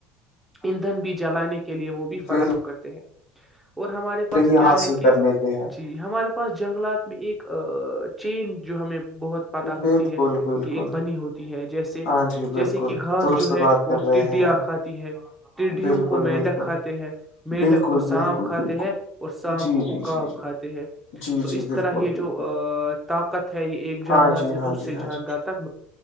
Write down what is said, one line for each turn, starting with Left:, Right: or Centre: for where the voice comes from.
Centre: ایندھن بھی جلانے کے لیے وہ بھی فراہم
Left: بالکل
Centre: کرتے ہیں اور ہمارے پاس
Left: ہی
Centre: کیا
Left: حاصل
Centre: ہے کہ
Left: کر لیتے ہیں
Centre: جی ہمارے پاس جنگلات میں ایک چین جو ہمیں بہت پت ہوتی
Left: بالکل
Centre: ہے
Left: بالکل
Centre: کہ ایک بنی ہوتی ہے جیسے
Left: ہاں جی
Centre: جیسے
Left: بالکل
Centre: کہ گھاس
Left: درست
Centre: جو ہے
Left: بات
Centre: وہ
Left: کر رہے
Centre: ٹڈیاں
Left: ہیں آپ
Centre: کھاتی ہے ٹڈیوں
Left: بالکل
Centre: کو مینڈک
Left: بالکل
Centre: کھاتے ہے مڈک
Left: بالکل
Centre: کو سانپ
Left: بالکل
Centre: کھاتے
Left: بالکل
Centre: ہے اور سانپ
Left: جی
Centre: کو
Left: جی
Centre: اکاب
Left: جی جی
Centre: کھاتے ہے
Left: جی
Centre: تو
Left: جی
Centre: اس
Left: بالکل
Centre: طرح یہ
Left: بالکل
Centre: جو طاقت ہے یہ ایک جاندار
Left: ہاں جی
Centre: سے دوسرے
Left: ہاں جی ہاں
Centre: جاندار
Left: جی
Centre: تک